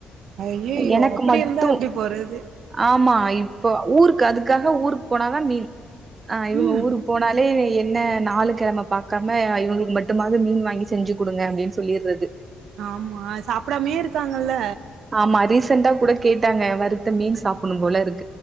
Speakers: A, on the right; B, on the right.
A: அய்யய்யோ
B: எனக்கு
A: அப்டி
B: மட்டு
A: இருந்தா எப்டி போறது
B: ஆமா இப்போ ஊருக்கு அதுக்காக ஊருக்கு போனாதா மீ ஆ இவங்க
A: ம்.
B: ஊருக்கு போனாலே என்ன நாலு கிழம பாக்காம இவங்களுக்கு மட்டுமாவது மீன் வாங்கி செஞ்சு கொடுங்க அப்டின்னு சொல்லிர்றது
A: ஆமா சாப்டாமே இருக்காங்கல்ல
B: ஆமா ரீசெண்டா கூட கேட்டாங்க வருத்த சாப்டணும் போல இருக்கு